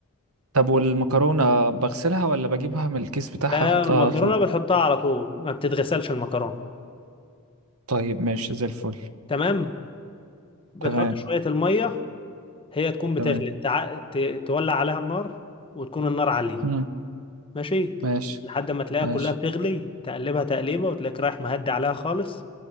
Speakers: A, on the right; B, on the left.
A: طب والمكرونة بغسلها ولا بجيبها من الكيس بتاعها
B: لا لا
A: احطها
B: المكرونة
A: على طول
B: بتحطها على طول ما بتتغسلش المكرونة
A: طيب ماشي زي الفل
B: تمام بتحط
A: تمام
B: شوية الميه هي تكون بتغلي
A: تمام
B: تع... ت... تولع عليها النار وتكون النار عالية
A: امم
B: ماشي
A: ماشي
B: لحد ما تلاقيها
A: ماشي
B: كلها بتغلي تقلبها تقليبة وتلاقيك رايح مهدي عليها خالص